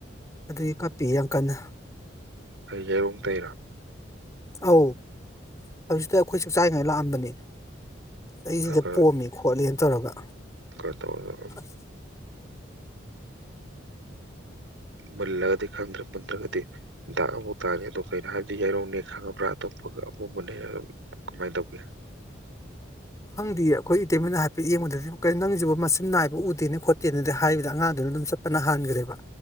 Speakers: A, on the left (about 15°); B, on the right (about 75°).
A: ꯑꯗꯨꯒꯤ ꯀꯥꯞꯄꯤ ꯌꯥꯝ ꯀꯟꯅ
B: ꯑꯩ ꯌꯩꯔꯣꯡ ꯇꯩꯔꯤꯔꯣ
A: ꯑꯧ ꯍꯧꯖꯤꯛꯇ ꯑꯩꯈꯣꯏꯁꯨ ꯆꯥꯛ ꯆꯥꯏꯉꯥꯏꯗ ꯂꯥꯛꯑꯝꯕꯅꯤ ꯑꯩꯁꯤꯗ
B: ꯈꯔ
A: ꯄꯣꯝꯃꯤ ꯈꯣꯠꯂꯤꯅ ꯇꯧꯔꯒ
B: <unintelligible>
A: <unintelligible>
B: ꯃꯨꯜꯂꯒꯗꯤ ꯈꯪꯗ꯭ꯔꯦ ꯃꯨꯟꯗ꯭ꯔꯒꯗꯤ ꯗꯥꯛ ꯑꯃꯨꯛ ꯇꯥꯅꯤ ꯑꯗꯣ ꯀꯩꯅꯣ ꯍꯥꯏꯔꯗꯤ ꯌꯥꯏꯔꯣꯡꯅꯦ ꯈꯪꯉꯕ꯭ꯔꯥ ꯑꯇꯣꯞꯄꯒ ꯑꯄꯨꯝꯕꯅꯦ ꯀꯃꯥꯏꯅ ꯇꯧꯒꯦ
A: ꯈꯪꯗꯦ ꯑꯩꯈꯣꯏ ꯏꯇꯩꯃꯅ ꯍꯥꯏꯐꯦꯠ ꯌꯦꯡꯕꯗꯗꯤ ꯀꯩꯅꯣ ꯅꯪꯒꯤꯁꯤꯕꯨ ꯃꯆꯤꯟ ꯅꯥꯏꯕ ꯎꯗꯦꯅ ꯈꯣꯠꯇꯦꯅꯗꯤ ꯍꯥꯏꯕꯗ ꯑꯉꯥꯡꯗꯨꯅ ꯑꯗꯨꯝ ꯁꯞ ꯄꯅ ꯍꯟꯈ꯭ꯔꯦꯕ